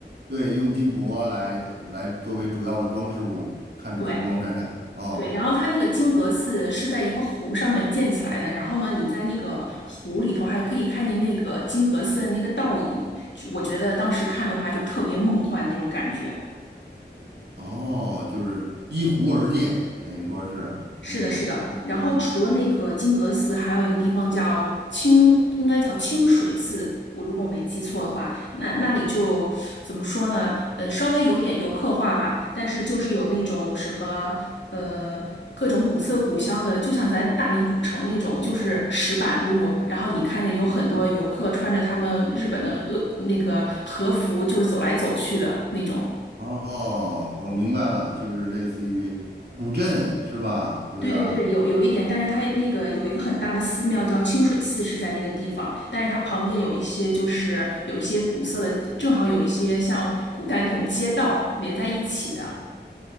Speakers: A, on the right (about 65°); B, on the left (about 80°).
A: 对用金箔来来作为主要的装饰物，看着金光闪闪。
B: 对。
A: 哦
B: 对，然后它那个金阁寺是在一个湖上面建起来的，然后呢，你在那个湖里头还可以看见那个金阁寺的那个倒影，就我觉得当时看的话就特别梦幻那种感觉。
A: 哦，就是依湖而建，等于说是，
B: 是的，
A: 嗯，
B: 是的。然后除了那个金阁寺，
A: 确实。
B: 还有一个地方叫清，应该叫清水寺。我如果我没记错的话，那那里就怎么说呢？呃，稍微有点游客化吧，但是就是有那种什么呃各种古色古香的，就像咱大理古城那种，就是石板路。然后你看见有很多游客穿着他们日本的呃那个和服，就是走来走去的那种。
A: 哦，我明白了，就是类似于古镇是吧？有点儿。
B: 对对对，有有一点，但是它那个有一个很大的寺庙叫清水寺，是在那个地方，但是它旁边有一些就是有一些古色的，正好有一些像古代那种街道连在一起的。